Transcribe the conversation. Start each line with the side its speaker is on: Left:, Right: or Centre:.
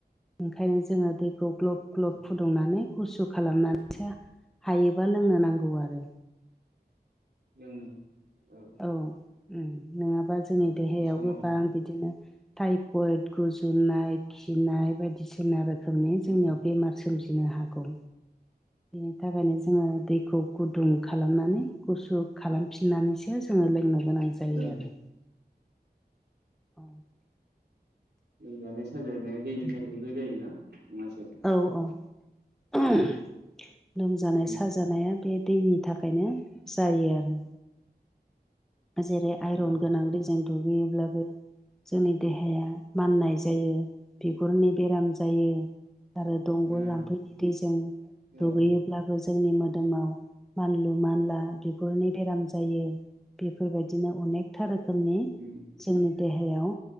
Centre: ओंखायनो जोङो दैखौ ग्लब ग्लब
Right: औ
Centre: फुद दुंनानै गुसु खालामनानैसो हायोबा लोंनो नांगौ आरो
Right: लोङो औ
Centre: औ उम नङाबा जोंनि
Right: औ
Centre: देहायाव
Right: बे समाव
Centre: गोबां बिदिनो टाइफयद गुजुनाय खिनाय बायदिसिना रोखोमनि
Right: औ
Centre: जोंनियाव बेमार सोमजिनो हागौ बेनि थाखायनो जोङो दैखौ गुदुं खालामनानै गुसु खालामफिननानैसो जोङो लोंनो गोनां जायो
Right: लों
Centre: आरो औ
Right: लोमजानाय साजानाया दैनि थाखायबो जायोना नङासै
Centre: औ औ <unintelligible> लोमजानाय
Right: उम
Centre: साजानाया बे दैनि थाखायनो जायो आरो जेरै आइरन
Right: उम
Centre: गोनां दैजों दुगैयोब्लाबो जोंनि देहाया माननाय जायो बिगुरनि बेराम जायो आरो दंग'
Right: उम
Centre: जाम्फैनि दैजों
Right: औ
Centre: दुगैयो ब्लाबो जोंनि मोदोमाव मानलु मानला बिगुरनि बेराम जायो बेफोरबायदिनो अनेकथा रोखोमनि
Right: उम
Centre: जोंनि देहायाव